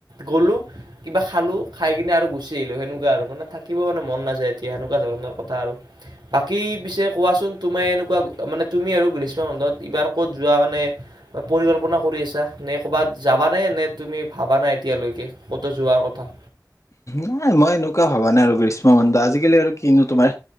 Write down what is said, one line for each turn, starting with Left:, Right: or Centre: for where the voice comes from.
Right: গ'লো। কিবা খালোঁ খাই কিনে আৰু গুচি আহিলোঁ সেনেকুৱা আৰু মানে থাকিব মানে মন নাযায়। এতিয়া সেনেকুৱা ধৰণৰ কথা আৰু বাকী পিছে কোৱাচোন তোমাৰ এনেকুৱা মানে তুমি আৰু গ্ৰীষ্ম, বন্ধত এইবাৰ ক'ত যোৱা মানে পৰিকল্পনা কৰি আছা? নে ক'বাত যাবানে? নে তুমি ভাবা নাই এতিয়ালৈকে ক'তো যোৱাৰ কথা?
Left: নাই, মই এনেকুৱা ভাবা নাই আৰু গ্ৰীষ্ম বন্ধ আজিকালি আৰু কিনো তোমাৰ